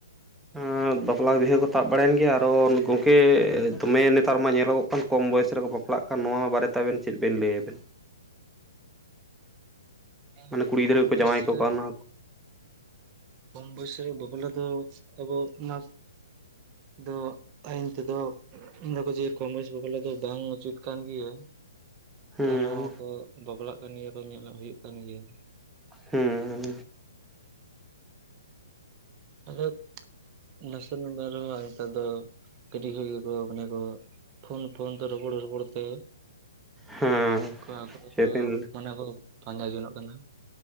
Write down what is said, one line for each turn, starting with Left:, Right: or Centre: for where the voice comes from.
Centre: ᱟᱸ ᱵᱟᱯᱞᱟ ᱵᱤᱦᱟᱹ ᱠᱚ ᱛᱟᱵ ᱵᱟᱲᱟᱭᱮᱱ ᱜᱮᱭᱟ, ᱟᱨᱚ ᱜᱚᱝᱠᱮ ᱫᱚᱢᱮ ᱱᱮᱛᱟᱨ ᱢᱟ ᱧᱮᱞᱚᱜᱚᱜ ᱠᱟᱱ, ᱠᱚᱢ ᱵᱚᱭᱮᱥ ᱨᱮᱠᱚ ᱵᱟᱯᱞᱟᱜ ᱠᱟᱱ! ᱱᱚᱣᱟ ᱵᱟᱨᱮᱛᱮ ᱟᱵᱮᱱ ᱪᱮᱫ ᱵᱮᱱ ᱞᱟᱹᱭᱟ ᱵᱮᱱ?
Right: ᱮᱢ
Centre: ᱢᱟᱱᱮ
Right: ᱵᱚᱭᱮᱥ,
Centre: ᱠᱩᱲᱤ ᱜᱤᱫᱽᱨᱟᱹ
Right: ᱠᱚᱢ
Centre: ᱠᱚ
Right: ᱵᱚᱭᱮᱥ
Centre: ᱡᱟᱶᱟᱭ ᱠᱚ
Right: ᱨᱮ
Centre: ᱠᱟᱱᱟ
Right: ᱠᱚᱢ ᱵᱚᱭᱮᱥ ᱨᱮ ᱵᱟᱯᱞᱟ ᱫᱚ, ᱟᱵᱚ ᱚᱱᱟ ᱫᱚᱜ, ᱟᱭᱤᱱ ᱛᱮᱫᱚ ᱩᱢ ᱫᱟᱠᱚ, ᱡᱮ ᱠᱚᱢ ᱵᱚᱭᱮᱥ ᱨᱮ ᱵᱟᱯᱞᱟ ᱫᱚ, ᱵᱟᱝ ᱩᱪᱤᱛ ᱠᱟᱱ ᱜᱮᱭᱟ᱾
Centre: ᱦᱮᱸ
Right: ᱛᱟ ᱨᱮᱦᱚᱸ ᱠᱚ, ᱵᱟᱯᱞᱟᱜ ᱠᱟᱱ ᱜᱮᱭᱟ ᱠᱚ, ᱧᱮᱞᱚᱜ ᱦᱩᱭᱩᱜ ᱠᱟᱱ ᱜᱮᱭᱟ᱾
Centre: ᱦᱩᱸ!
Right: ᱟᱫᱚᱵ ᱱᱟᱥᱮ ᱱᱟᱢᱵᱟᱨ ᱟᱨᱢᱟ ᱱᱮᱛᱟᱨ ᱫᱚ ᱠᱟᱹᱴᱤᱡ ᱠᱷᱚᱡ ᱜᱮᱠᱚ, ᱢᱟᱱᱮ ᱠᱚ ᱯᱷᱳᱱ-ᱯᱷᱳᱱ ᱛᱮ, ᱨᱚᱯᱚᱲ-ᱨᱚᱯᱚᱲ ᱛᱮ
Centre: ᱦᱮᱸ
Right: ᱠᱟ ᱠᱚᱨᱮ
Centre: ᱪᱮᱫ
Right: ᱠᱚ,
Centre: ᱵᱤᱱ
Right: ᱢᱟᱱᱮ ᱠᱚ ᱯᱟᱸᱡᱟ ᱡᱚᱱᱚᱜ ᱠᱟᱱᱟ!